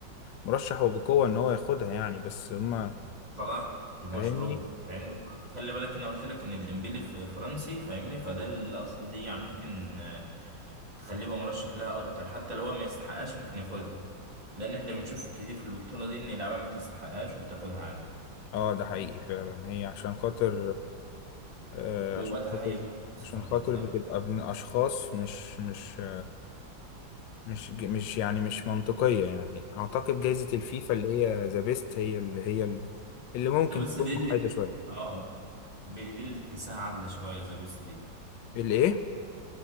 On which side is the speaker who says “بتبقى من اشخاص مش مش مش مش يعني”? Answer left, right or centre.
Left